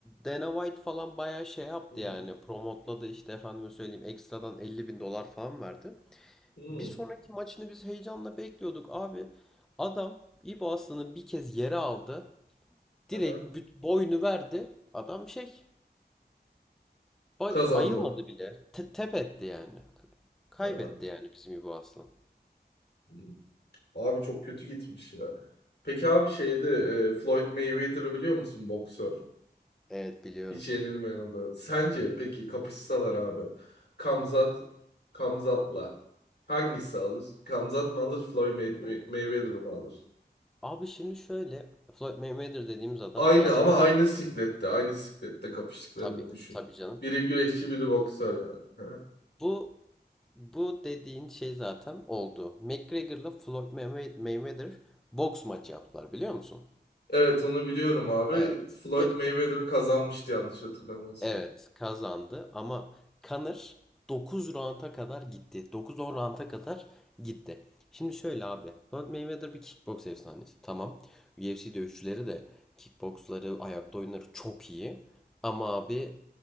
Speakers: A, in the centre; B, on the left.
A: Dana White falan bayağı şey yaptı
B: Hmm.
A: yani. Promotladı işte efendime söyleyeyim. Ekstradan 50 bin dolar falan verdi.
B: Hmm.
A: Bir sonraki maçını biz heyecanla bekliyorduk. Abi adam İbo Aslan'ı bir kez yere aldı.
B: Aha.
A: Direkt büt- boynu verdi. Adam şey bay-
B: Kazandı.
A: bayılmadı bile. Te- tep etti yani. K- Kaybetti
B: Aha.
A: yani bizim İbo Aslan.
B: Hmm. Abi çok kötü gitmiş ya. Peki abi şeydi e, Floyd Mayweather'ı biliyor musun boksör?
A: Evet biliyorum.
B: Hiç yenilmeyen oldu. Sence peki kapışsalar abi. Kamzat Kamzat'la hangisi alır? Kamzat mı alır? Floyd May- Mayweather mı alır?
A: Abi şimdi şöyle Floyd Mayweather dediğimiz adam
B: Aynı
A: gerçek
B: ama aynı siklette. Aynı siklette kapıştıklarını
A: tabii
B: düşün.
A: tabii canım.
B: Biri güreşçi biri boksör yani. Ha?
A: Bu bu dediğin şey zaten oldu. McGregor'la Floyd Maywe- Mayweather boks maçı yaptılar biliyor musun?
B: Evet onu biliyorum abi.
A: Evet.
B: Floyd
A: Ve
B: Mayweather kazanmıştı yanlış hatırlamıyorsam.
A: Evet kazandı ama Conor 9 rounda kadar gitti. dokuz on rounda kadar gitti. Şimdi şöyle abi. Floyd Mayweather bir kickboks efsanesi. Tamam. UFC dövüşçüleri de kickboksları, ayakta oyunları çok iyi. Ama abi